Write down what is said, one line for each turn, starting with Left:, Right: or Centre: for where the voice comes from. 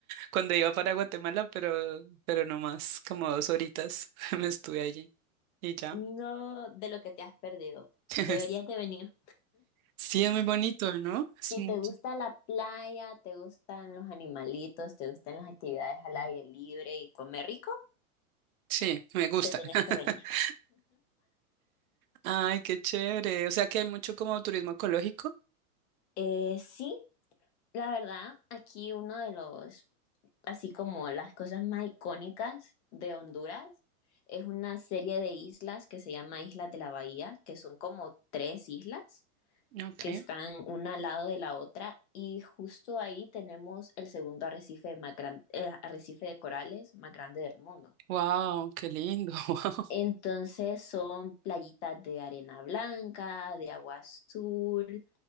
Right: cuando iba para Guatemala, pero, pero no más, como dos horitas <laughs> me estuve allí y ya.
Left: No de lo que te has perdido.
Right: <laughs>
Left: Deberías de venir.
Right: Sí, es muy bonito, ¿no? Es
Left: Si
Right: muy-
Left: te gusta la playa, te gustan los animalitos, te gustan las actividades al aire libre y comer rico,
Right: Sí, me gusta.
Left: te tenés
Right: <laughs>
Left: que venir.
Right: Ay, qué chévere. O sea que hay mucho como turismo ecológico.
Left: Eh, sí, la verdad, aquí uno de los, así como las cosas más icónicas de Honduras, es una serie de islas que se llama Islas de la Bahía, que son como tres islas
Right: Ok.
Left: que están una al lado de la otra y justo ahí tenemos el segundo arrecife, más gran- eh, arrecife de corales más grande del mundo.
Right: Wow, qué lindo. <laughs>
Left: Entonces
Right: Wow.
Left: son playitas de arena blanca, de agua azul,